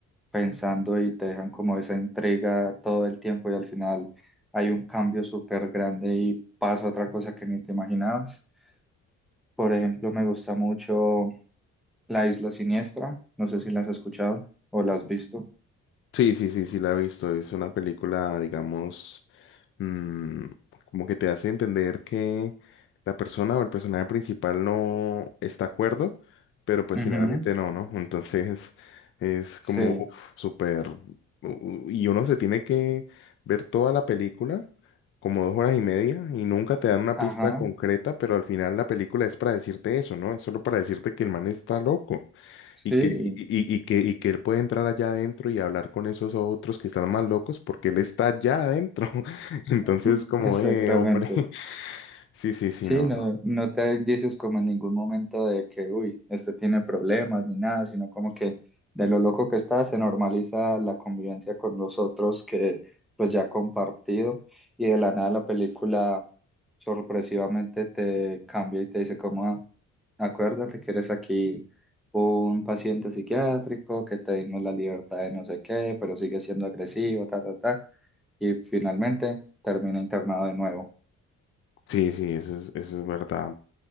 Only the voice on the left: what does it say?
Sí, sí, sí, sí, la he visto. Es una película, digamos, mm, como que te hace entender que la persona o el personaje principal no está de acuerdo, pero pues
finalmente no, ¿no? Entonces <laughs> es
como uf, súper... u- Y uno se tiene que ver toda la película, como dos horas y media, y nunca te dan una
pista concreta, pero al final la película es para decirte eso, ¿no? Es solo para decirte que el man está loco.
Y que, y, y- y que, y que él puede entrar allá adentro y hablar con esos otros que están más locos porque él está allá adentro. <laughs> Entonces,
como,
eh, hombre, <laughs> sí, sí, sí,
no.
Sí, sí, eso es, eso es verdad.